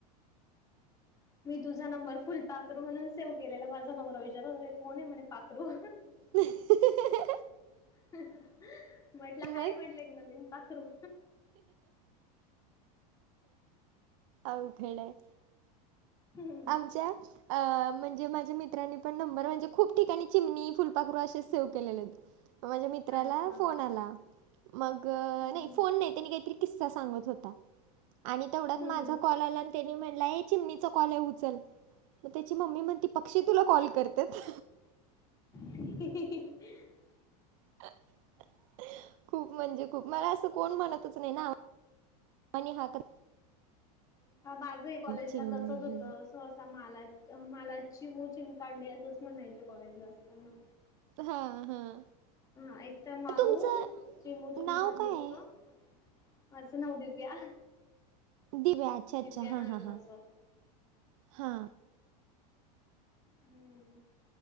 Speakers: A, on the left (about 20°); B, on the right (about 55°).
A: मी तुझा नंबर फुलपाखरू म्हणून सेव्ह केलेला, माझा नवरा विचारत होता हे कोण आहे म्हणे पाखरू?
B: <inaudible>
A: म्हटलं हाय
B: मग
A: म्हटलं एक नवीन पाखरू.
B: अवघड हाय.
A: <inaudible>
B: आमच्यात अ म्हणजे माझ्या मित्रांनी पण नंबर म्हणजे खूप ठिकाणी चिमणी, फुलपाखरू असेच सेव्ह केलेले आहेत माझ्या मित्राला
A: अच्छा हम्म
B: फोन आला, मग नाही
A: हम्म.
B: फोन नाही त्यांनी काहीतरी किस्सा सांगत होता, आणि तेवढ्यात
A: हम्म
B: माझा
A: हम्म
B: कॉल आला आणि तेनी म्हणला ए चिमणीचा कॉल आहे उचल उचल मग त्याची मम्मी म्हणती पक्षी तुला कॉल करत्यात?
A: <inaudible>
B: <inaudible> खूप म्हणजे खूप मला अस कोण म्हणतच नाही ना, आणि हा तर
A: हा माझ ही कॉलेजला
B: चिमणी
A: तसच होतं
B: हे
A: असं मलाच मला चिमू चिमकांडी असंच म्हणायचे कॉलेजला असताना.
B: हां हां.
A: हा एक तर माऊ
B: तुमचं
A: चिमू चिमकांडी
B: नाव काय आहे?
A: माझं नाव दिव्या.
B: दिव्या अच्छा अच्छा
A: दिव्या
B: हा
A: नाव आहे
B: हा
A: माझं
B: हा हा.
A: हम्म.